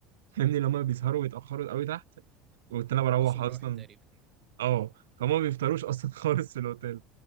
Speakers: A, on the right; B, on the right.
A: فاهمني لما بيسهروا ويتأخروا قوي تحت قلت انا بروح
B: خلاص راحت
A: اصلا
B: تقريبا
A: اه فهم ما بيفطروش اصلا <laughs> خالص في الاوتيل